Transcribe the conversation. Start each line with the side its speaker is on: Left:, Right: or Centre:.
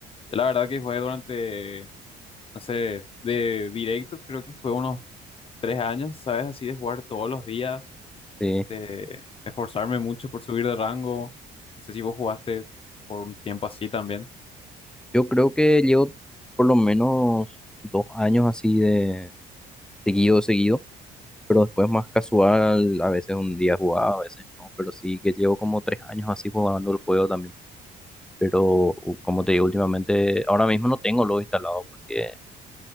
Left: Yo la verdad que jugué durante, no sé, de directo, creo que jugué unos tres años, ¿sabes? Así de jugar todos los días
Centre: Sí.
Left: este, esforzarme mucho por subir de rango. No sé si vos jugaste por un tiempo así también.
Centre: Yo creo que llevo por lo menos dos años así de seguido, seguido, pero después más casual, a veces un día jugaba, a veces no, pero sí que llevo como tres años así jugando el juego también. Pero u- como te digo, últimamente, ahora mismo no tengo lo instalado porque